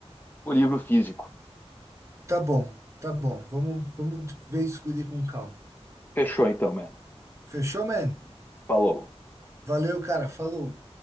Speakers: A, on the left (about 15°); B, on the right (about 25°).
A: o livro físico.
B: Tá bom, tá bom. Vamos, vamos ver isso com calma.
A: Fechou então, mano.
B: Fechou, man?
A: Falou.
B: Valeu, cara. Falou.